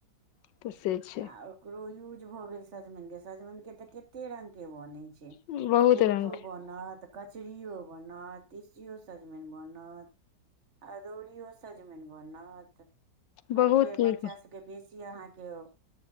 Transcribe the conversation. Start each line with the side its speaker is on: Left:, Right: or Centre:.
Left: <unintelligible>
Right: आ ओकरो यूज भ गेल सजमैन के सजमैन के ते कते रंग के बन छै
Left: बहुत
Right: केप्तो
Left: रंग के
Right: बनत कचरियों बनत तीसियो सजमेन बनत अदौड़ी सजमैन बनत
Left: बहुत
Right: आ फेर
Left: नीक
Right: बच्चा सभके बेसी अहाँ के ओ